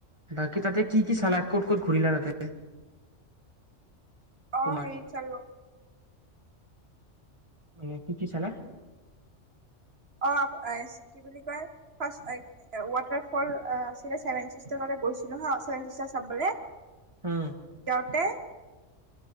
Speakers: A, on the right; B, on the right.
A: বাকী তাতে কি-কি চালা, ক'ত-ক'ত ঘূৰিলা তাতে?
B: অ,
A: তোমাৰ?
B: হেৰিত চালো,
A: মানে কি-কি চালা?
B: অ, কি বুলি কয় ফাৰ্ষ এ ৱাটাৰ ফল চেভেন চিষ্টাৰ চাবলে গৈছিলো হা ছেভেন চিষ্টাৰ চাবলে।
A: উম,
B: যাওঁতে